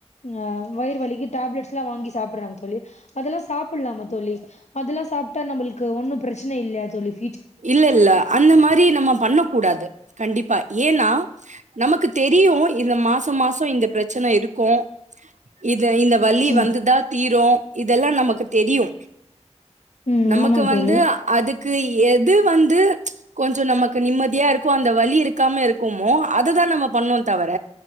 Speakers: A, on the left; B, on the right.
A: அஹ் வயிறு வலிக்கு டேப்லெட்ஸ்லா வாங்கி சாப்ட்றாங்க தோழி அதெல்லா சாப்புட்லாம தோழி அதுலா சாப்டா நம்பளுக் கு ஒன்னு பிரச்சன இல்லையா தோழிஃப்
B: இல்ல இல்ல அந்த மாரி நம்ம பண்ணக் கூடாது கண்டிப்பா ஏனா நமக்குத் தெரியு இந்த மாச மாச இந்த பிரச்சன இருக்கு இது இந்த வலி
A: ம்
B: வந்துதா தீரு இதெல்லா நமக்கு தெரியு
A: ம்
B: நமக்கு
A: ஆமா
B: வந்து
A: தோழி
B: அதுக் க்கு ஏன் வந்து கொஞ்ச நமக்கு நிம்மதியா இருக்கு அந்த வலி இருக் இருக்காம இருக்குமோ அததான் நம்ம பண்ணோ தவிர